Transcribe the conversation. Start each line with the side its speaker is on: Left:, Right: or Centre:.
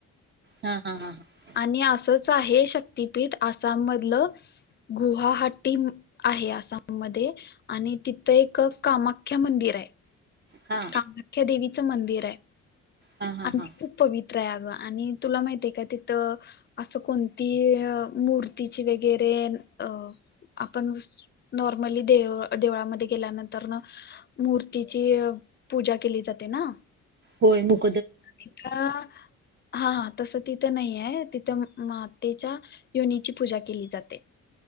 Right: हा, हा, हा, हां.
Left: आणि असंच आहे शक्तिपीठ, आसाम मधलं गुवाहाटी आहे आसाममध्ये आणि तिथं एक कामाख्या मंदिर हाय,
Right: हा
Left: कामाख्या देवीचं मंदिर हाय.
Right: हा हा
Left: आणि
Right: हा
Left: ती खूप पवित्र आहे अगं, आणि तुला माहिती आहे का तिथं असं कोणती, मूर्तीची वगैरे अ आपण नॉर्मली दे, देवळामध्ये गेल्यानंतर नंतरन मूर्तीची, पूजा केली जाते ना.
Right: होय, मग.
Left: तिथ हा हा, तसं तिथं नाही हाय, तिथं मातेच्या योनीची पूजा केली जाते.